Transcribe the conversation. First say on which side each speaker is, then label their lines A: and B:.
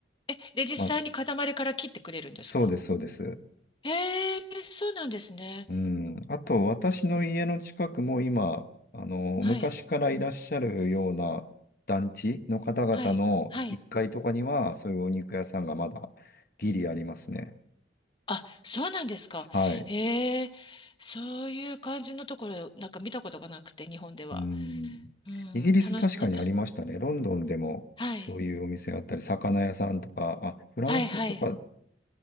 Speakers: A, on the left; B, on the left.
A: え、で、実際に塊から切ってくれるんですか
B: まあ、そうです、そうです。
A: へえ、そうなんですね。
B: うん。あと、私の家の近くも今、あの、
A: はい。
B: 昔からいらっしゃるような団地の方々の1階とかには、
A: はい。はい。
B: そういうお肉屋さんがまだギリありますね。
A: あ、そうなんですか。
B: はい。
A: へえ、そういう感じのところ、なんか見たことがなくて、日本では。
B: うん。
A: うん、
B: イギリス確かにありましたね。
A: 楽し、な
B: ロンドンでもそういうお店あったり、
A: はい。
B: 魚屋さんとか、あ、フランスとか
A: はいはい